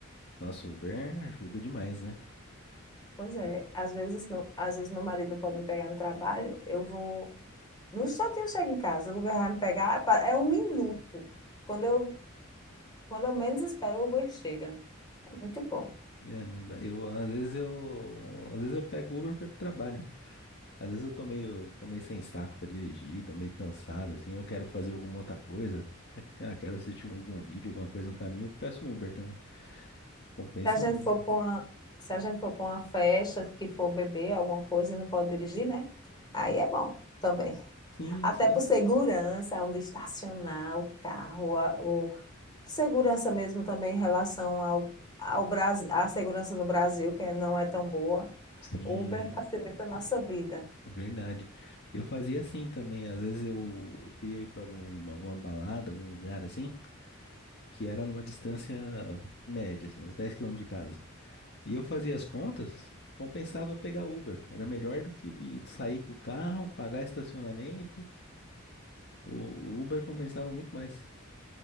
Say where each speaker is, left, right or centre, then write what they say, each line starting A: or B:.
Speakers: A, on the left; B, on the left.
A: nosso Uber ajuda demais, né?
B: Pois é,
A: O-
B: às vezes meu, às vezes meu marido não pode me pegar no trabalho, eu vou. No instantinho eu chego em casa, o Uber vai me pegar, pa- é um minuto. Quando eu, quando eu menos espero, o Uber chega. É muito bom.
A: Caramba, eu às vezes eu às vezes eu pego Uber para ir pro trabalho. Às vezes eu tô meio, tô meio sem saco para dirigir, tô meio cansado assim, eu quero fazer alguma outra coisa. Ah, quero assistir algum vídeo, alguma coisa no caminho, eu peço um Uber também. Compensa
B: Se a gente
A: muito.
B: for para uma, se a gente for para uma festa, que for beber alguma coisa e não pode dirigir, né? Aí é bom também.
A: Sim,
B: Até
A: sim.
B: por segurança, onde estacionar o carro, a- o segurança mesmo também em relação ao, ao Brasil, à segurança no Brasil, que não é tão boa.
A: Sim.
B: O Uber facilita a nossa vida.
A: Verdade. Eu fazia assim também. Às vezes eu, eu queria ir pra algum, alguma balada, algum lugar assim, que era numa distância média, assim, uns 10 quilômetros de casa. E eu fazia as contas, compensava pegar Uber. Era melhor do que ir- sair com o carro, pagar estacionamento. O o Uber compensava muito mais.